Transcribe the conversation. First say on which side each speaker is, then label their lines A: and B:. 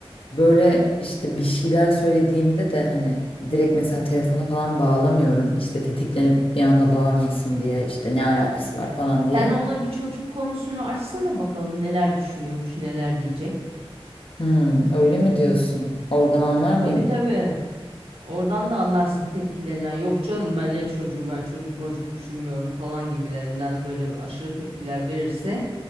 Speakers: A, on the left (about 65°); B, on the right (about 70°).
A: Böyle işte bir şeyler söylediğimde de hani direkt mesela telefona falan bağlamıyorum. İşte tetiklenip bir anda bağırmasın diye işte ne alakası var falan
B: Sen
A: diye.
B: ona bir çocuk konusunu açsana bakalım neler düşünüyormuş, neler diyecek.
A: Hmm, öyle mi diyorsun? Oradan anlar mıyım?
B: Tabii tabii. Oradan da anlarsın tepkilerinden. Yok canım ben ne çocuğu ben çocuk mocuk düşünmüyorum falan gibilerinden böyle bir aşırı tepkiler verirse